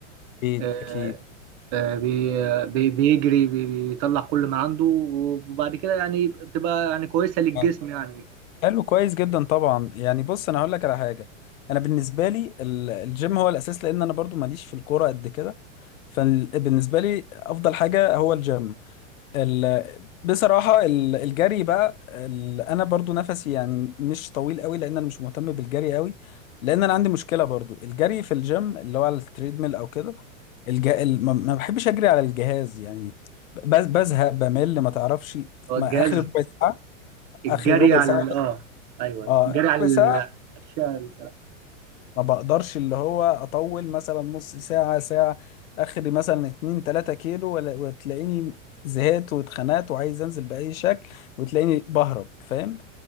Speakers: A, on the left; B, on the right.
A: اكيد
B: آه،
A: اكيد
B: آه، بي- بي- بيجري بي- بيطلع كل ما عنده وبعد كده يعني بتبقى يعني كويسه للجسم
A: آه.
B: يعني
A: حلو كويس جدا طبعا يعني بص انا هقول لك على حاجة انا بالنسبة لي ال- الجيم هو الاساس لان انا برضو ماليش في الكورة قد كده فبالنسبة لي افضل حاجة هو الجيم ال... بصراحة ال- الجري بقى ال... أنا برضو نفسي يعني مش طويل قوي لأن أنا مش مهتم بالجري قوي لأن أنا عندي مشكلة برضو الجري في الجيم اللي هو على التريدميل أو كده الج... ال... ما ما بحبش أجري على الجهاز يعني بز... بزهق بمل ما تعرفش
B: هو
A: ما
B: الجهاز
A: آخر ربع ساعة
B: الجري
A: آخر ربع
B: على
A: ساعة
B: ال- اه ايوه
A: آه
B: الجري على
A: ربع
B: ال-
A: ساعة
B: الشارع
A: ما بقدرش اللي هو اطول مثلا نص ساعة ساعة اخري مثلا اتنين تلاتة كيلو ولا وتلاقيني زهقت واتخنقت وعايز انزل بأي شكل وتلاقيني بهرب فاهم